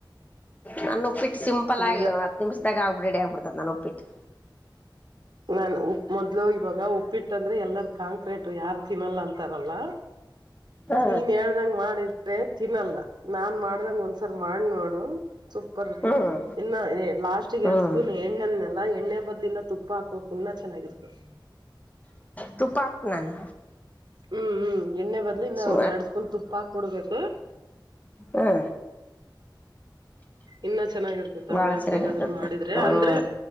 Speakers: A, on the left; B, on the right.
A: ನಾನ ಉಪ್ಪಿಟ್ಟು ಸಿಂಪಲ್ ಆಗಿ
B: ಇಲ್ಲ
A: ಒಂದು ಹತ್ತು ನಿಮಿಷದಾಗ ರೆಡಿ ಆಗ್ಬಿಡ್ತ ನಾನ ಉಪ್ಪಿಟ್ಟು
B: ನಾನ್ ಉಪ್ ಮೊದ್ಲು ಇವಾಗ ಉಪ್ಪಿಟ್ಟಂದ್ರೆ ಎಲ್ಲಾರ ಕಾಂಕ್ರೀಟ್ ಯಾರು ತಿನ್ನಲ್ಲ ಅಂತಾರಲ್ಲ
A: ಹಾ
B: ನೀನ್ ಹೇಳ್ದಂಗ ಮಾಡಿದ್ರೆ ತಿನ್ನಲ್ಲ ನಾನ್ ಮಾಡ್ದಂಗ ಒಂದ್ಸರ್ ಮಾಡ್ ನೋಡು ಸೂಪರ್ ಇರ್ತದ
A: ಹ್ಮ್
B: ಇನ್ನು ಲಾಸ್ಟ್ಗೆ
A: ಹ್ಮ್
B: ಎರಡು ಸ್ಪೂನ್ ಎಣ್ಣೆನಲ್ಲ ಎಣ್ಣೆ ಬದ್ಲು ಇನ್ನ ತುಪ್ಪ ತುಪ್ಪ ಹಾಕೋಕ್ ಇನ್ನ ಚೆನ್ನಾಗಿರ್ತದೆ
A: ತುಪ್ಪ ಹಾಕ್ ನಾನು
B: ಹ್ಮ್ ಹ್ಮ್ ಎಣ್ಣೆ ಬದ್ಲು ಇನ್ನ
A: ಸು
B: ಒಂದ್ ಎರಡ್ ಸ್ಪೂನ್ ತುಪ್ಪ ಹಾಕ್ ಬಿಡ್ಬೇಕು
A: ಹಾ
B: ಇನ್ನ ಚೆನ್ನಾಗಿರ್ತ ಹಂಗಾಕಿ
A: ಬಾಳ ಚೆನ್ನಾಗಿರ್ತತಿ
B: ಏನಾದ್ರು ಮಾಡಿದ್ರೆ
A: ಹ್ಮ್
B: ಅಂದ್ರೆ